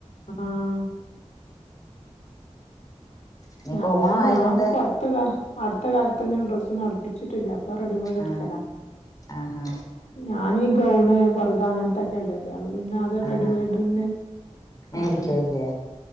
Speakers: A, on the left; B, on the left.
A: ആഹ്
B: ഇനിയിപ്പോ
A: ഞമ്മള്
B: ഓണം ആയതൊണ്ട്
A: ഞാം ഇപ്പ അടുത്തകാ അട്ത്ത കാലത്താെന്നും ഡ്രസാെന്നും അട്പ്പിച്ചിട്ടില്ല ക്കെ റെഡിമേഡ് ഇട്ക്കലാ
B: ആ ആഹാ
A: ഞാന് ഈ ഗൗണ് പർദാ അങ്ങനത്താെക്ക് ക്കെ ഇടല് അപ്പൊ പിന്നെ അത് റെഡിമെയ്ഡ്ന്നെ
B: ആഹാ മേടിക്കോ
A: വാങ്ങല്
B: ഇല്ലേ